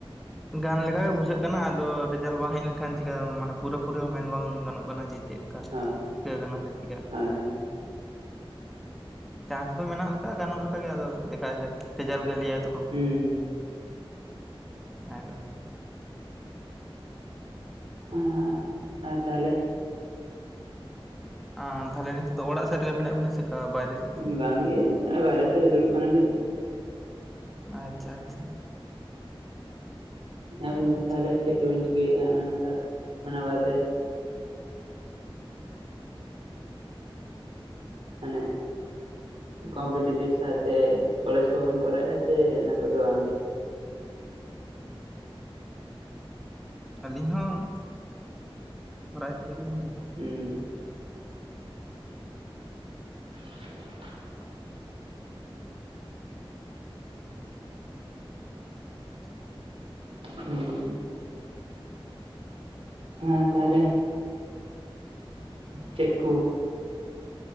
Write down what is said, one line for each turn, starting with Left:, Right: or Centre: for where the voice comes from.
Centre: ᱜᱟᱱ ᱞᱮᱠᱟ ᱜᱮ ᱵᱩᱡᱷᱟᱹᱜ ᱠᱟᱱᱟ, ᱟᱫᱚ ᱨᱮᱡᱟᱞ ᱵᱟᱝ ᱦᱮᱡ ᱞᱮᱱᱠᱷᱟᱱ ᱪᱮᱠᱟ ᱢᱟᱱᱮ ᱯᱩᱨᱟᱹ ᱯᱩᱨᱟᱹ ᱢᱮᱱ ᱵᱟᱝ ᱜᱟᱱᱚᱜ ᱠᱟᱱᱟ ᱡᱮ ᱪᱮᱫ ᱞᱮᱠᱟ
Right: ᱦᱳᱭ
Centre: ᱪᱤᱠᱟᱹ ᱠᱟᱱᱟ ᱥᱮ ᱪᱤᱠᱟ᱾
Right: ᱦᱳᱭ ᱦᱳᱭ
Centre: ᱪᱟᱱᱥ ᱫᱚ ᱢᱮᱱᱟᱜ ᱞᱮᱠᱟ ᱜᱟᱱᱚᱜ ᱞᱮᱠᱟᱜᱮ ᱟᱫᱚ ᱫᱮᱠᱷᱟ ᱡᱟᱠ ᱨᱮᱡᱟᱞ ᱜᱮ ᱞᱟᱹᱭᱟᱭ ᱛᱚᱠᱷᱚᱱ᱾
Right: ᱦᱩᱸ ᱦᱩᱸ᱾
Centre: ᱟᱨ
Right: ᱚ ᱟᱨ ᱛᱟᱦᱚᱞᱮ
Centre: ᱟ ᱛᱟᱦᱚᱞᱮ ᱱᱤᱛᱚᱜ ᱫᱚ ᱚᱲᱟᱜ ᱥᱮᱫ ᱨᱮᱜᱮ ᱢᱮᱱᱟᱜ ᱵᱮᱱᱟ ᱪᱮᱠᱟ ᱵᱟᱭᱨᱮ ᱥᱮᱫ ᱵᱤᱱ
Right: ᱵᱟᱝᱜᱮ ᱵᱟᱭᱮᱨᱮ ᱥᱮᱫ ᱨᱮ ᱫᱩᱲᱩᱵ ᱠᱟᱱᱟᱞᱤᱧ
Centre: ᱟᱪᱪᱷᱟ ᱟᱪᱪᱷᱟ᱾
Right: ᱟᱵᱤᱱ ᱫᱚ
Centre: ᱟᱪᱪᱷᱟ
Right: ᱛᱟᱦᱚᱞᱮ ᱪᱮᱫ ᱠᱚᱵᱤᱱ ᱪᱤᱠᱟᱹᱭᱮᱫᱼᱟ ᱚᱱᱟ ᱵᱟᱠᱷᱟ ᱚᱱᱟ ᱵᱟᱫᱮ ᱢᱟᱱᱮ ᱠᱚᱢᱯᱤᱴᱤᱮᱴᱤᱵ ᱥᱟᱶᱛᱮ ᱠᱚᱞᱮᱡᱽ ᱠᱚᱦᱚᱸ ᱵᱮᱱ ᱠᱚᱨᱟᱣᱮᱫᱼᱟ ᱥᱮ ᱚᱱᱟ ᱠᱚᱫᱚ ᱵᱟᱝᱜᱮ?
Centre: ᱟᱹᱞᱤᱧ ᱦᱚᱸ ᱠᱚᱨᱟᱭᱮᱫ ᱜᱮᱭᱟᱞᱤᱧ᱾
Right: ᱦᱮᱸ᱾ <inaudible> ᱦᱩᱸ᱾ ᱦᱮᱸ ᱛᱟᱦᱚᱞᱮ ᱪᱮᱫ ᱠᱚ?